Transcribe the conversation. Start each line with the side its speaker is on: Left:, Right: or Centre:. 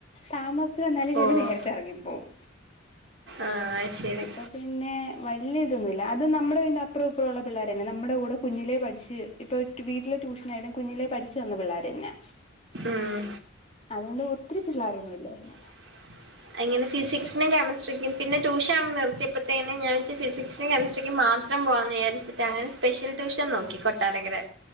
Left: താമസ താമസിച്ച് വന്നാലും ശരി
Right: ഓഹ്
Left: നേരത്തെ എറങ്ങിപ്പോകും
Right: ആഹ് ശരി
Left: അപ്പൊ പിന്നെ വല്ല്യ ഇതൊന്നുല്ല അത് നമ്മുടെ വന്റെ അപ്പുറം അപ്പറം ഉള്ള പിള്ളേർ തന്നെ നമ്മുടെ കൂടെ കുഞ്ഞിലേ പഠിച്ച് ഇപ്പോൾ വീട്ടില് ട്യൂഷനായാലും കുഞ്ഞിലേ പഠിച്ച് വന്ന പിള്ളേർന്നെ
Right: ഉം
Left: അതുകൊണ്ട് ഒത്തിരി പിള്ളോരൊന്നു മില്ലായിരുന്നു
Right: <inaudible> അങ്ങനെ ഫിസിക്സിനും കെമസ്ട്രിക്കും പിന്നെ ട്യഷൻ അങ് നിത്തിയപ്പോഴത്തേെ ഞാൻ വ ഫിസിക്സും തെമിസ്ട്രിക്കും മാത്രം ഇത്രം പോവാന്ന് വിചാരിച്ചിട്ട് അങ്ങനെ സ്പെഷ്യൽ ട്യൂഷൻ നോക്കി കൊട്ടാരകര